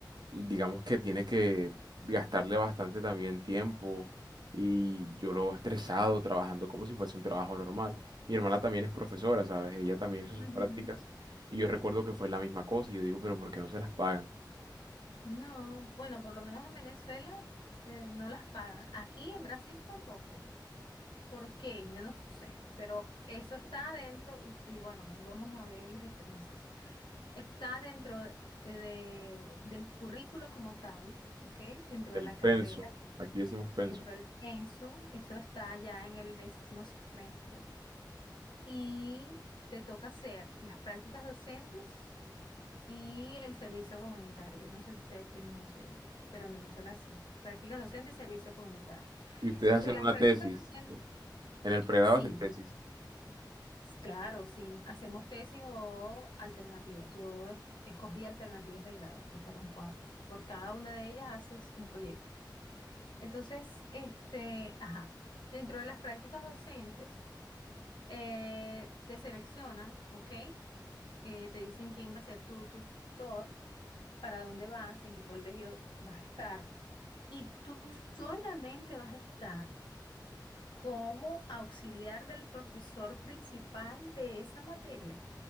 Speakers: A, on the right; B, on the left.
A: digamos que tiene que gastarle bastante también tiempo y yo lo veo estresado trabajando como si fuese un trabajo normal. Mi hermana también es profesora, ¿sabes? Ella también hizo sus
B: Ujú.
A: prácticas y yo recuerdo que fue la misma cosa y yo digo, pero ¿por qué no se las pagan?
B: No, bueno, por lo menos en Venezuela eh, no las pagan. Aquí en Brasil tampoco. ¿Por qué? Yo no sé, pero eso está adentro y, y bueno, ahí vamos a ver las diferencias. Está dentro de- de- del currículo como tal, ¿ok? Dentro de
A: Del
B: la carrera,
A: pensum, aquí decimos
B: dentro
A: pensum.
B: del pensum, eso está ya en el décimo semestre y te toca hacer las prácticas docentes y el servicio comunitario. Yo No sé si ustedes tienen eso allá, pero en Venezuela sí. Prácticas docentes y servicio comunitario.
A: Y ustedes
B: Entonces,
A: hacen
B: las
A: una
B: prácticas
A: tesis,
B: docentes,
A: en el pregrado
B: sí.
A: hacen tesis.
B: Claro, sí, hacemos tesis o alternativas. Yo es- escogí alternativas de grado, que fueron cuatro. Por cada una de ellas haces un proyecto. Entonces, este, ajá, dentro de las prácticas docentes, eh, te seleccionan, ¿ok? Eh, te dicen quién va a ser tu tutor, para dónde vas, en qué colegio vas a estar. Y tú solamente vas a estar como auxiliar del profesor principal de esa materia.